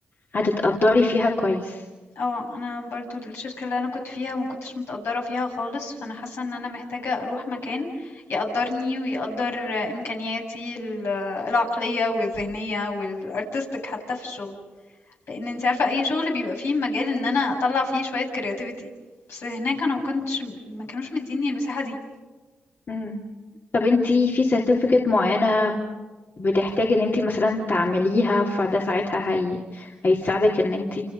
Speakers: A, on the left; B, on the left.
A: هتتقدري فيها كويس
B: اه انا برضو الشركه اللي انا كنت فيها ما كنتش متقدره فيها خالص فانا حاسه ان انا محتاجه اروح مكان يقدرني ويقدر امكانياتي ال- العقليه والذهنيه والارتستيك حتى في الشغل لان انت عارفه اي شغل بيبقى فيه مجال ان انا اطلع فيه شويه كرياتيفيتي بس هناك انا ما كنتش ما كانوش مديني المساحه دي
A: مم. طب انت في سيرتيفيكت معينة بتحتاجي ان انت مثلا تعمليها فده ساعتها هي... هيساعدك ان انت